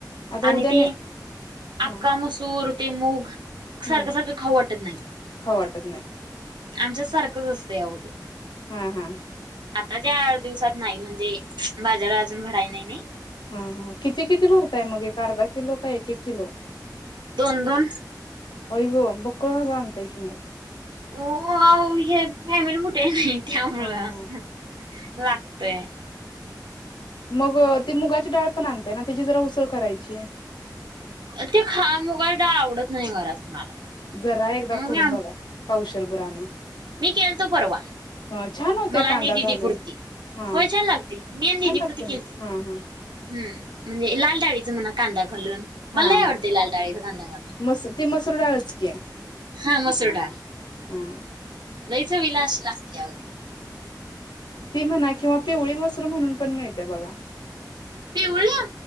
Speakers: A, on the left; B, on the right.
A: आता
B: आणि
A: उद्या
B: ते
A: ने
B: आक्का
A: हं
B: मसूर ते मूग सारख
A: हं
B: सारखं खाऊ वाटत नाही,
A: खाऊ वाटत नाही
B: आमच्यात सारखंच असतंय आओ ते.
A: हा हा..
B: आता ज्या आठ दिवसात नाही, म्हणजे बाजार अजून भराय नाही नी.
A: ह ह किती किती भरताय. मग एक अर्धा किलो का एक एक किलो.
B: दोन-दोन.
A: आय गो बक्कळज आणताय की म.
B: हो हाव <unintelligible> फॅमिली मोठी हाय नाय त्यामुळे
A: हा हा
B: लागतय.
A: मग ती मुगाची डाळ पण आणताय ना, त्यांची जरा उसळ करायची.
B: ते खा मुगाची डाळ आवडत नाही घरात कुणाला.
A: जरा एकदा
B: मग
A: करून
B: मी आम
A: बघा पावशेर भर आणून.
B: मी केलतो परवा.
A: ह छान होतय
B: मला आणि
A: कांदा
B: दिदीपुरती
A: घालून हा
B: होय छान लागते, मी आणि
A: छान
B: दिदीपुरती
A: लागते
B: केलती.
A: ना हा हा
B: हम्म म्हणजे लाल डाळीचं म्हणा कांदा घालून. मला
A: हा
B: लय
A: हा..
B: आवडते लाल डाळीचा कांदा घालून
A: मस ती मसूर डाळच की,
B: हा मसूर डाळ
A: हा
B: लै चवीला अशी लागत्या अगं ती.
A: ती म्हणा किंवा पिवळी मसूरु म्हणून पण मिळते बघा.
B: पिवळ्या